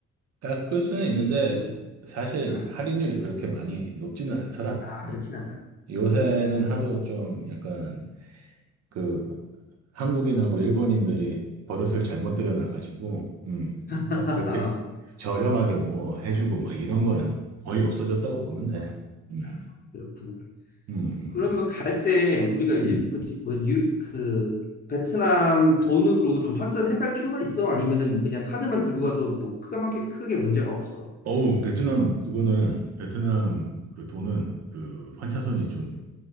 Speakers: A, on the right; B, on the left.
A: 깎을 수는 있는데,
B: 음,
A: 사실
B: 아,
A: 할인율이 그렇게 많이 높지는 않더라.
B: 아,
A: 어.
B: 그렇진 않아.
A: 요새는
B: 음, 그런 거지
A: 하도
B: 말
A: 좀 약간, 그 한국인하고 일본인들이 버릇을 잘못 들여놔가지고, 음, 막
B: <laughs>
A: 그렇게
B: 아,
A: 저렴하게 뭐 해주고 막 이런 거는 거의 없어졌다고 보면 돼. 음,
B: 아, 그렇구나.
A: 음, 음,
B: 그러면
A: 음.
B: 갈 때 우리가 일,
A: 음.
B: 그지? 뭐, 유, 그, 베트남 돈으로 좀 환전을 해갈 필요가 있어? 아니면은 뭐 그냥 카드만 들고 가도 뭐 크게, 크게 문제가 없어?
A: 어우, 베트남, 그거는, 베트남 그 돈은 그 환차손이 좀